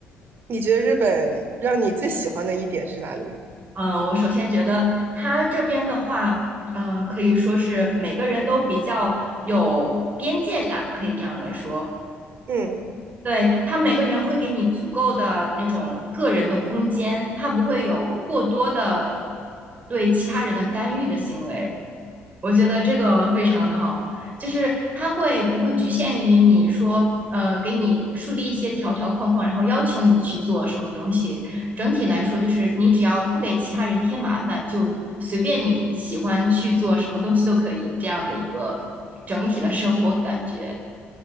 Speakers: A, on the right; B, on the right.
A: 你觉得日本让你最喜欢的一点是哪里？
B: 嗯，我首先觉得他这边的话，嗯，可以说是每个人都比较有边界感，可以这样来说。
A: 嗯。
B: 对，他每个人会给你足够的那种个人的空间，他不会有过多的对其他人的干预的行为。我觉得这个非常好，就是它会不会局限于你说，呃，给你树立一些条条框框，然后要求你去做什么东西。整体来说，就是你只要不给其他人添麻烦，就随便你喜欢去做什么东西都可以，这样的一个整体的生活感觉